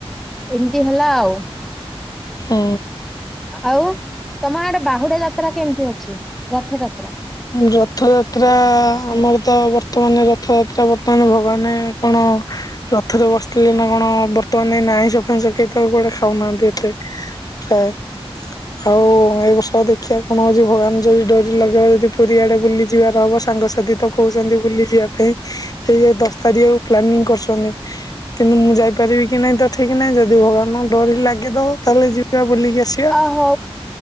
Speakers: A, in the centre; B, on the left (about 35°).
A: ଏମିତି ହେଲା ଆଉ।
B: ହଉ।
A: ଆଉ ତମ ଆଡେ ବାହୁଡା ଯାତ୍ରା କେମିତି ଅଛି ରଥ ଯାତ୍ରା?
B: ରଥଯାତ୍ରା ଆମର ତ ବର୍ ବର୍ତ୍ତମାନେ ରଥଯାତ୍ରା ବର୍ତ୍ତମାନ ଭଗବାନେ କଣ ରଥରେ ବସିଥିଲେ ନା କଣ? ବର୍ତ୍ତମାନ ଏଇନେ ଆଇଁଷ ଫାଇଁଷ କେହି ତ କୁଆଡେ ଖାଉନାହାନ୍ତି ଏତେ। ପ୍ରାଏ, ଆଉ ଏଇ ବର୍ଷ ଦେଖିଆ କଣ ହଉଚି ଭଗବାନ ଯଦି ଡରି ଲଗେଇବେ ଯଦି ପୁରୀଆଡେ ବୁଲି ଯିବାର ହବ, ସାଙ୍ଗସାଥି ତ କହୁଛନ୍ତି ବୁଲି ଯିବା ପାଇଁ। ହେଇ ଏଇ ଦଶ ତାରିଖ କୁ ପ୍ଲାନିଂ କରୁଛନ୍ତି। କିନ୍ତୁ ମୁଁ ଯାଇପାରିବି କି ନାଇଁ ତ ଠିକ୍ ନାହିଁ, ଯଦି ଭଗବାନଙ୍କ ଡୋରି ଲାଗେ ତ ତାହେଲେ ଯିବା ବୁଲିକି ଆସି
A: ଆ ହଉ।